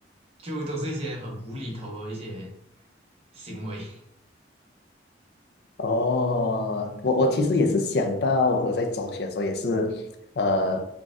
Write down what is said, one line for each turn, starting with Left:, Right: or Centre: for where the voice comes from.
Right: 就都是一些很无厘头的一些行为。<laughs>
Left: 哦，我我其实也是想到我在中学的时候也是，呃，